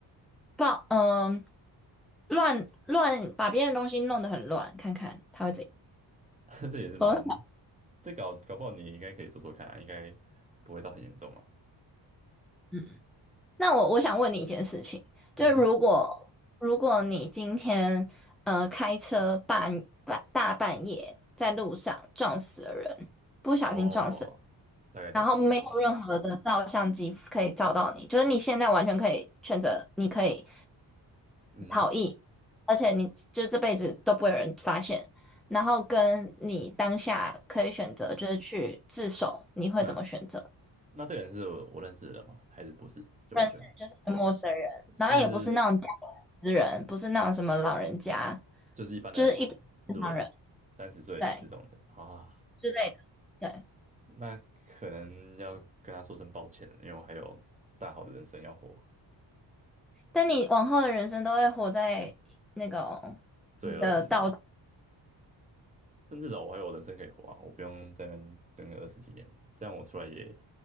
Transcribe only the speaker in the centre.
报嗯、乱乱把别人的东西弄得很乱，看看他会怎样。
很好，
嗯，那我我想问你一件事情，就是如果如果你今天呃开车半半大半夜在路上撞死了人，
不小心撞死。
然后没有任何的照相机可以照到你，就是你现在完全可以选择，你可以
逃逸，而且你就这辈子都不会有人发现。然后跟你当下可以选择，就是去自首，你会怎么选择？
认识就是一个陌生人，
然后也不是那种驾驶之人，不是那种什么老人家，
就是一般正常人，
对之类的，对。
但你往后的人生都会活在那种你的道。